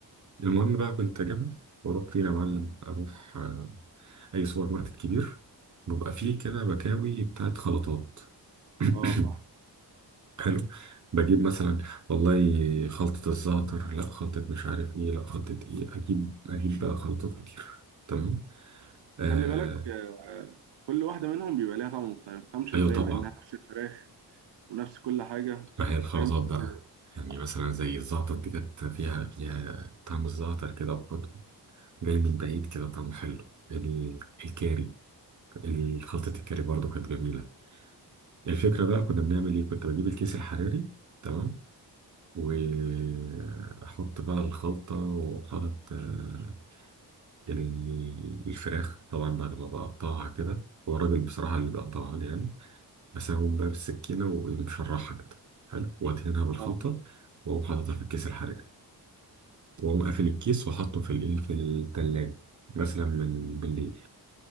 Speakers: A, on the right (about 45°); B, on the right (about 85°).
A: المهم بقى كنت اجيبها واروح فين يا معلم اروح آه، اي سوبر ماركت كبير بيبقى فيه كده بكاوي بتاعت خلطات <clears throat> <coughs>
B: اه صح
A: حلو بجيب مثلا والله خلطة الزعتر لا خلطة مش عارف ايه لا خلطة ايه اجيب اجيب بقى خلطات كتير تمام آه
B: وخلي بالك آه، كل واحدة منهم بيبقى ليها طعم مختلف ما تفهمش
A: ايوه
B: ازاي
A: طبعا
B: مع إنها نفس الفراخ ونفس كل حاجة
A: ما هي الخلطات
B: فاهم بس
A: بقى يعني مثلا زي الزعتر دي كانت فيها فيها طعم الزعتر كده وحده جاي من بعيد كده طعمه حلو ال- الكاري خلطة الكاري برضو كانت جميلة الفكرة بقى كنا بنعمل ايه كنت بجيب الكيس الحراري تمام واحط بقى الخلطة وحاطط آه، ال- الفراخ طبعا بعد ما بقطعها كده هو الراجل بصراحة اللي بيقطعها لي يعني بس أنا بقوم بقى بالسكينة ومشرحها كده حلو وأدهنها بالخلطة
B: اه آه،
A: وأقوم حاططها في الكيس الحراري وأقوم قافل الكيس وأحطه في الإيه في التلاجة مثلا من بالليل